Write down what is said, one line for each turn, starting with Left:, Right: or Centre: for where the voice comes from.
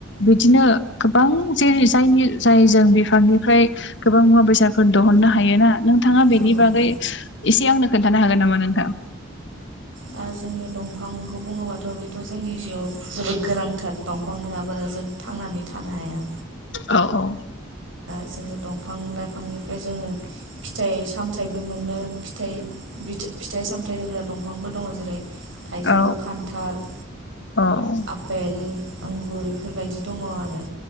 Left: बिदिनो गोबां जे जायनि जाय जों बिफांनिफ्राय गोबां मुवा बेसादफोर दहुन नो हायो ना नोंथाङा बेनि
Right: औ औ
Left: बागै
Right: औ
Left: एसे आंनो खोन्थानो हागोन नामा नोंथां
Right: दा जोङो दंफांखौ बुङोबाथ' बेथ' जोंनि जिउआव जोबोद गोनांथार दंफां नङाब्ला जों थां थांनानै थानो हाया
Left: औ औ
Right: जेरै दंफां लाइफांनिफ्राय जोङो फिथाइ सामथायाइबो मोनो फिथाइ फिथाइ सामथाय होग्रा दं दंफांबो दङ जेरै थाइजौ
Left: औ
Right: खान्थाल
Left: औ
Right: आपेल आंगुर बेफोरबायदि दङ आरो